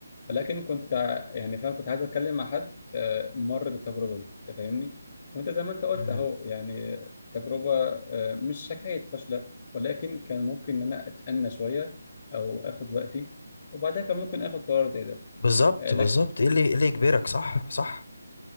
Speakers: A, on the left; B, on the left.
A: لكن كنت ع- يعني فاهم كنت عايز اتكلم مع حد آه، مر بالتجربه دي انت فاهمني وانت زي ما انت قلت
B: مم.
A: اهو يعني التجربه آه، مش حكايه فاشله ولكن كان ممكن ان انا اتأنى شويه او اخد وقتي وبعدها كان ممكن اخد قرار زي ده
B: بالظبط
A: آه، لك
B: بالظبط ايه اللي ايه اللي يجبرك صح صح